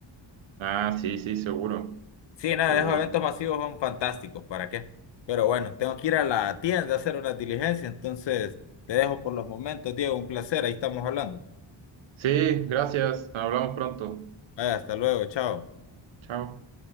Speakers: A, on the right (about 80°); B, on the left (about 65°).
A: Ah, sí, sí, seguro,
B: Sí, nada,
A: seguro.
B: esos eventos masivos son fantásticos, ¿para qué? Pero bueno, tengo que ir a la tienda a hacer una diligencia, entonces te dejo por los momentos, Diego, un placer, ahí estamos hablando.
A: Sí, gracias. Hablamos pronto.
B: Vaya, hasta luego, chao.
A: Chao.